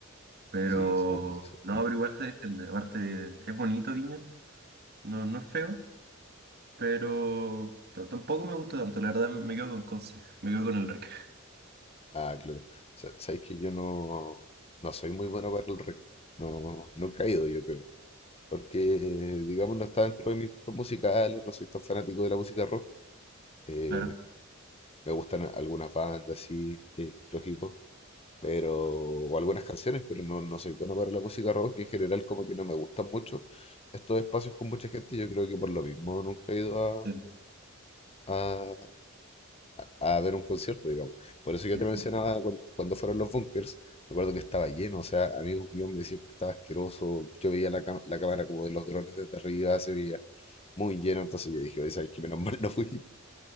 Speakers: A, on the right; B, on the left.
A: Pero
B: Sí, sí, no debe ser tanto.
A: no, pero igual se defiende. Aparte, es bonito Viña, no, no es feo, pero t- tampoco me gustó tanto. La verdad, me quedo con Conce, me quedo con el Rec,
B: Ah, claro. Sa- Sabes que yo no, no soy muy bueno para el rock. No, no he caído, yo creo. Porque, digamos, no está dentro de mis gustos musicales, no soy tan fanático de la música rock. Eh,
A: <laughs> claro.
B: Me gustan algunas bandas, sí, eh, lógico, pero, o algunas canciones, pero no, no soy bueno para la música rock. En general, como que no me gustan mucho estos espacios con mucha gente. Yo creo que por lo mismo nunca he ido a,
A: Sí,
B: a, a ver un concierto, digamos. Por eso yo
A: sí,
B: te mencionaba
A: sí.
B: cuan- cuando, fueron los bunkers. Me acuerdo que estaba lleno, o sea, amigos míos me decían que estaba asqueroso. Yo veía la, cam- la cámara como de los drones desde arriba, se veía muy lleno. Entonces yo dije, oye, ¿sabes qué? Menos mal no fui. <laughs>